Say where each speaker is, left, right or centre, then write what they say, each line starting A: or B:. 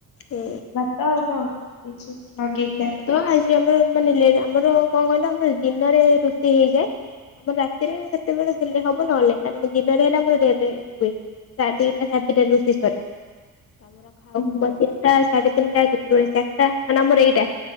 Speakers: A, on the left; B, on the left.
A: ହୁଁ।
B: ଭାତ ଆଉ କଣ ନଗେଇଖିଆ?
A: ତ ଆଜି ଆମର ମାନେ ଆମର କଣ କହିଲ ଆମର ଦିନରେ ରୋଷେଇ ହେଇଯାଏ। ଆମର ରାତିରେ କେତେବେଳେ ହେଲେ ହବ ନହେଲେ କାରଣ ଦିନରେ ହେଲେ ଆମର ଆରେ ହୁଏ। ସ ଦିଟା ସାତ ଦିଟା ରୋଷି ସରେ ତମର। <unintelligible>
B: ହୁଁ
A: ଖାଉ ଖାଉ ତିନିଟା ସାଢେତିନିଟା କେତେବେଳେ ଚାରିଟା ମାନେ ଆମର ଏଇ ଟା